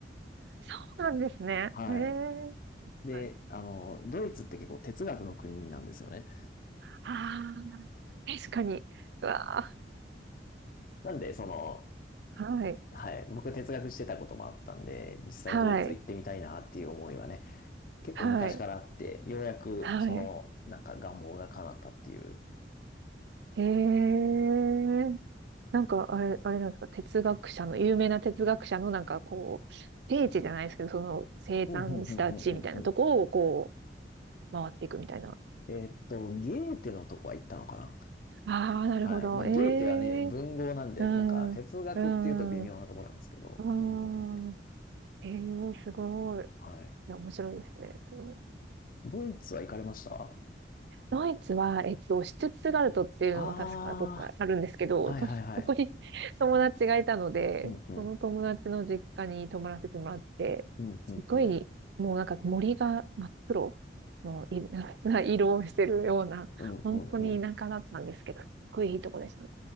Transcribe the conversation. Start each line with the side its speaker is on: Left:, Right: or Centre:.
Right: そうなんですね。
Left: はい。
Right: ええ
Left: で、
Right: はい。
Left: あの、ドイツって結構哲学の国なんですよね。
Right: ああ、確かに。うわあ、
Left: なんで、その、
Right: はい。
Left: はい、僕哲学してたこともあったんで、実際ドイツ行ってみたいなっていう思いはね、
Right: はい。
Left: 結構昔からあって、
Right: はい。
Left: ようやく、
Right: はい。
Left: その、なんか願望が叶ったっていう。
Right: ええなんか、あれ、あれなんですか、哲学者の、有名な哲学者の、なんかこう、聖地じゃないですけど、その生誕した地みたいなとこを、
Left: うんうんうんうんうんうん
Right: こう、回っていくみたいな。
Left: えーっと、ゲーテのとこは行ったのかな
Right: ああ、なるほど。
Left: はい。まあ、
Right: ええ
Left: ゲーテはね、文豪なんで、
Right: うん。
Left: なんか哲学っていうと微妙なところなんですけど。
Right: うん。ああ、
Left: うん。
Right: えー、すごい。い
Left: はい。
Right: や、面白いですね。その
Left: ドイツは行かれました
Right: ドイツは、えっと、シュツットガルトっていうのは確かどっかあるんですけど、
Left: ああー、はいはいはい。
Right: とそこに <laughs> 友達がいたので、
Left: うんうん。
Right: その友達の実家に泊まらせてもらって、
Left: うんうんうん。
Right: すごい、もうなんか森が真っ黒のい <laughs> な色をしてるような、
Left: うんうんうん。
Right: 本当に田舎だったんですけど、すっごいいいとこでした。い